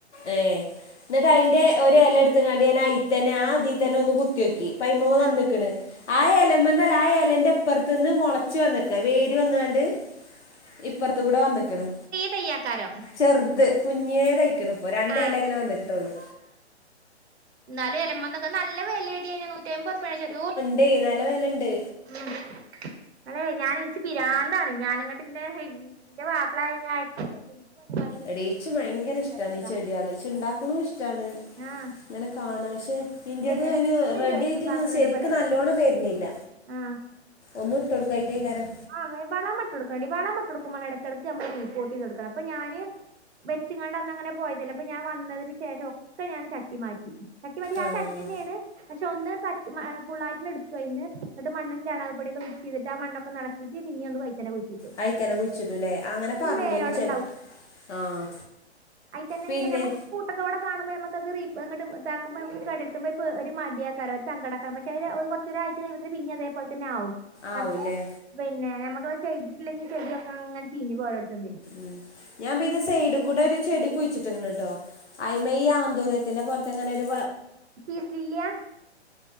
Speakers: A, on the left (about 80°); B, on the right (about 65°).
A: ഏഹ് ന്നിട്ട് അയിന്റെ ഒരെലയെടുത്ങ്ങാട് ഞാൻ അയിത്തന്നെ ആഹ് തിത്തന്നെ ഒന്ന് കുത്തിനോക്കി പൈമൂന്ന് വന്നക്ക
B: ആഹ്
A: ആഹ് എലമ്പ ആ ഏലന്റെ അപ്പുറത്ത് നിന്ന് മുളച്ചു വന്നക്ക വേര് വന്നണ്ട് ഇപ്പറത്ത കൂടെ വന്ന്ക്കണ്
B: തയ്യക്കാരം
A: ചെറുത് കുഞ്ഞേ തയ്ക്കണ ഇപ്പോ രണ്ടേല
B: ആഹ്
A: ഇങ്ങനെ വന്നട്ടോള്ളു
B: എന്നാല എലമന്നൊക്കെ നല്ല വിലടി അയിന് നൂറ്റിമ്പത് റുപ ആണ് ചെരൂ
A: ടി നല്ല വെലണ്ട്
B: ഉം അല്ലെ ഞാൻ ഇച്ചി പിരാന്താണ് ഞാനിങ്ങട്ടിന്റെന്റെ മാപ്പള ന്നെ അയക്കൂല അപ്പൊ ഇൻക്ക് വരുമാനം കിട്ട്ണ
A: എടീച്ച ഭയങ്കര ഇഷ്ടമാണ് ഈ ചെടികൾ ച്ച ണ്ടാക്കണ ഇഷ്ടമാണ്
B: ആഹ്
A: അങ്ങനെ കാണ പക്ഷെ ഇന്റത്
B: ഞാനെന്നും
A: റെഡി
B: ചോയ്ക്കും
A: ആയിട്ടന്ന്
B: കാക്കൂനോട്
A: ശരിക്കും
B: പറിയാ
A: നല്ലോണം വെരുന്നില്ല
B: ആഹ്
A: ഒന്നും ഇട്ട് കൊട്കായിട്ടേകാരം
B: ആഹ് വളംട്ട്ടുക്കണ്ട വളം പട്ട് കൊടുക്കുമോ ഇടക്ക് നമ്മളി പ്പോർട്ട് കൊടുക്കണം അപ്പ ഞാന് വെച്ചങ്ങാണ്ടന്ന അങ്ങനെ പോയതല്ല അപ്പൊ ഞാൻ വന്നതിന് ശേഷം ഒക്കെ ഞാൻ ചട്ടി മാറ്റി തട്ടി പരിയാത്ത
A: ആഹ്
B: അടക്ക തന്നെയാണ് പക്ഷെ ഒന്ന് പറ്റ ഫുള്ളായിട്ട് എടുക്കു അതിന്ന് മണ്ണും ചാണകപൊടിയൊക്കെ മിസ് ചെയ്ട്ട് മണ്ണൊക്കെ എള പിറ്റ പിന്ന ഒന്ന് വൈറ്റനെ വിച്ചു
A: അഐക്കനെ കുഴിച്ചിട്ടല്ലേ അങ്ങനെ പറഞ്ഞന്
B: വേരോട്ടം
A: ചെല ആഹ്
B: അയിത്തന്നെ
A: പിന്നെ
B: അങ്ങനെ നമക് കൂട്ടക്കെ കടെ കാണുമ്പോ നമുക്ക ഇതാക്കുമ്പോ ഒരു മടിയാക്കാ സങ്കട പക്ഷ കുറ ഒരുരാഴ്ച പിന്നെ അതെപോലെ തന്നെ ആവും
A: ആവുല്ലേ
B: പക്ഷെ പിന്നെ നമ്മുക്കത് ചെയ്തിട്ടില്ലെങ്കിൽ ചെടിയൊക്കെ അങ്ങനെ ചീഞ്ഞ് പോരോടത്തും പിന്നെ
A: ഉം ഞാൻ പിന്നെ സെയഡ് കൂടെ ഒരു ചെടി കുഴിച്ചിട്ടിന്ന് ട്ടോ അയിമ ഈ ആന്തൂറിയത്തിന്റെ പുറത്തെങ്ങനെ ഒരു
B: പീസില്ല്യ